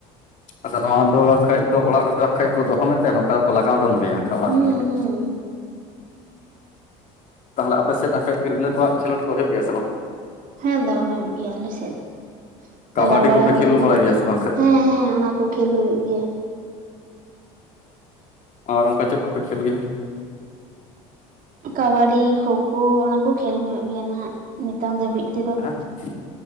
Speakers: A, on the left (about 45°); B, on the right (about 50°).
A: ᱟᱫᱚ ᱱᱚᱣᱟ ᱫᱚ ᱵᱟᱠᱷᱟᱡ ᱫᱚ ᱚᱲᱟᱜ ᱨᱮᱫᱚ ᱟᱠᱷᱟᱡ ᱠᱚ ᱫᱚᱦᱚ ᱢᱮᱛᱮ ᱱᱚᱝᱠᱟ ᱫᱚᱠᱚ ᱞᱟᱜᱟᱣ ᱩᱰᱩᱝ ᱢᱮᱭᱟ ᱚᱲᱟᱜ
B: ᱦᱩᱸ
A: ᱠᱷᱚᱱᱟᱜ ᱜᱮ᱾
B: ᱦᱩᱸ
A: ᱛᱟᱦᱞᱮ ᱟᱯᱮ ᱥᱮᱫ ᱟᱠᱷᱟᱡ ᱛᱤᱨᱞᱟᱹ ᱠᱚᱣᱟᱜ ᱠᱷᱮᱞᱳᱰ ᱠᱚ ᱦᱩᱭᱩᱜ ᱜᱮᱭᱟ ᱥᱮ ᱵᱟᱝ?
B: ᱦᱮᱸ ᱫᱟ ᱦᱩᱭᱩᱜ ᱜᱮᱭᱟ ᱟᱞᱮ ᱥᱮᱫ
A: ᱠᱟᱵᱟᱰᱤ
B: ᱪᱟᱞᱟᱣ ᱵᱟᱲᱟ
A: ᱠᱚᱯᱮ
B: ᱦᱩᱭ
A: ᱠᱷᱮᱞ
B: ᱠᱟᱱ
A: ᱵᱟᱲᱟᱭ
B: ᱜᱮᱭᱟ
A: ᱥᱮ ᱵᱟᱝ ᱠᱷᱟᱡ
B: ᱦᱮᱸ ᱦᱮᱸ ᱚᱱᱟ᱾ ᱠᱚ ᱠᱷᱮᱞ ᱦᱩᱭᱩᱜ ᱜᱮᱭᱟ᱾
A: ᱟᱨ ᱚᱱᱠᱟ ᱪᱮᱫ ᱠᱚᱯᱮ ᱠᱷᱮᱞ ᱜᱮᱭᱟ?
B: ᱠᱟᱵᱟᱰᱤ ᱠᱷᱳᱸ ᱠᱷᱳ ᱚᱱᱟᱠᱚ ᱠᱷᱮᱞ ᱦᱩᱭᱩᱜ ᱜᱮᱭᱟ ᱱᱟᱦᱟᱜ ᱱᱤᱛᱚᱝ ᱫᱷᱟᱹᱵᱤᱡ ᱛᱮᱫᱚ ᱾
A: ᱦᱮᱸ